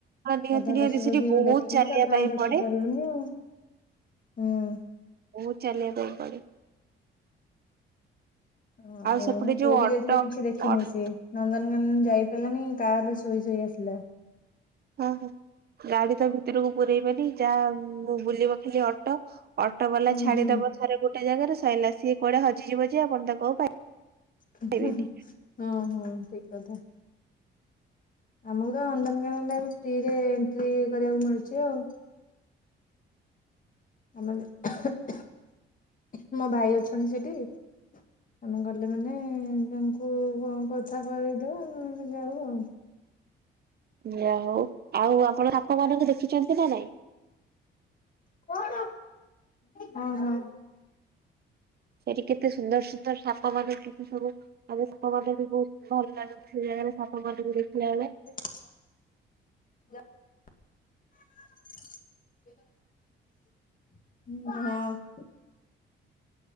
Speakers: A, on the right; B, on the left.
A: ହଁ ନିହାତି
B: ଅଧା
A: ନିହାତି
B: ପଶୁପକ୍ଷୀ
A: ସେଠି ବହୁତ
B: ଦେଖିଲୁ।
A: ଚାଲିବା
B: ତାପରେ
A: ପାଇଁ
B: ଆଉ ଦେଖି
A: ପଡେ
B: ପାରିଲୁନି ଆଉ। ହୁଁ।
A: ବହୁତ୍ ଚାଲିବା ପାଇଁ ପଡିବ।
B: ଆଉ
A: ସେପଟେ
B: ମୋ
A: ଯୋଉ
B: ପୁଅ ବି
A: ଅଟୋ
B: ଯାଇଥିଲା କିଛି ଦେଖିନି
A: ଅଟୋ
B: ସିଏ। ନନ୍ଦନକାନନ ଯାଇ ପାରିଲାନି କାରରେ ଶୋଇ ଶୋଇ ଆସିଲା।
A: ହଁ ହଁ ଗାଡି ତ ଭିତରକୁ ପୁରାଇବେନି ଯାହା ମୁଁ ବୁଲିବ ଖାଲି ଅଟୋ ଅଟୋ ବାଲା
B: ହୁଁ
A: ଛାଡିଦବ
B: ହୁଁ।
A: ସାର ଗୋଟ ଗୋଟେ ଜାଗାରେ ସରିଲା ସିଏ କଆଡେ ହଜିଯିବ। ଯେ ଆପଣ ତାକୁ ଆଉ ପାଇବେନି।
B: ହଁ ହଁ ଠିକ୍ କଥା। ଆମକୁ ତ ନନ୍ଦନକାନନରେ ବି ଫ୍ରିରେ ଏଣ୍ଟ୍ରି କରିବାକୁ ମିଳୁଛି ଆଉ। ଆମନ ମୋ ଭାଇ ଅଛନ୍ତି, ସେଇଠି ଆମେ ଗଲେ ମାନେ ତାଙ୍କୁ କଣ କଥା କରେଇଦଉ ଯାଉ ଆଉ।
A: ଯାହଉ ଆଉ ଆପଣ ସାପ ମାନଙ୍କୁ ଦେଖିଛନ୍ତି ନା ନାଇଁ?
B: କଣ ହଁ ହଁ।
A: ସେଠି କେତେ ସୁନ୍ଦର ସୁନ୍ଦର ସାପ ମାନେ କେତେ ସବୁ ଆମେ ସାପ ମାନେ ବି ବହୁତ ଭଲ ଲାଗନ୍ତି, ସେଇ ଜାଗାରେ ସାପ ମାନକୁ ଦେଖିଲା ବେଳେ।
B: <unintelligible> ହୁଁ ହଁ।